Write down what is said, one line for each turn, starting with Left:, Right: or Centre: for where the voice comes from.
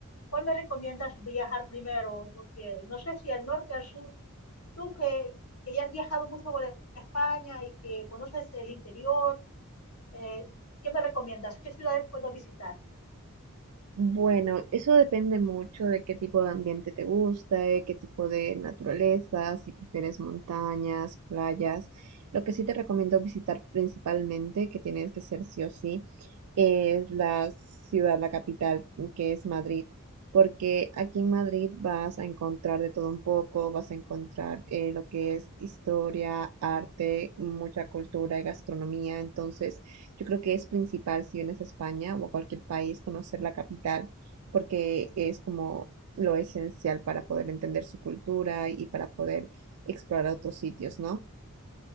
Left: ¿Cuál me recomiendas viajar primero? Porque no sé si al norte, al sur, tú que, que ya has viajado mucho por España y que conoces el interior, eh, ¿qué me recomiendas? ¿Qué ciudades puedo visitar?
Right: Bueno, eso depende mucho de qué tipo de ambiente te gusta, de qué tipo de naturaleza, si prefieres montañas, playas. Lo que sí te recomiendo visitar principalmente, que tienes que ser sí o sí, es la ciudad, la capital, mm, que es Madrid, porque aquí en Madrid vas a encontrar de todo un poco, vas a encontrar eh, lo que es historia, arte, mucha cultura y gastronomía, entonces yo creo que es principal si vienes a España o a cualquier país conocer la capital, porque es como lo esencial para poder entender su cultura y para poder explorar otros sitios, ¿no?